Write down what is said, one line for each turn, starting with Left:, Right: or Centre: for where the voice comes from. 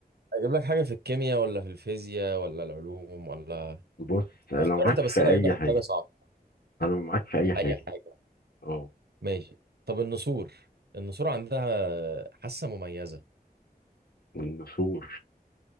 Right: اجيب لك حاجه في الكيمياء ولا في الفيزياء ولا العلوم ولا
Left: بص انا
Right: اختار
Left: معاك
Right: انت بس
Left: في
Right: انا اجيب
Left: اي
Right: لك
Left: حاجه
Right: حاجه صعبه
Left: انا معاك في اي حاجه
Right: اي حاجه
Left: اه
Right: ماشي طب النسور النسور عندها حاسه مميزه
Left: النسور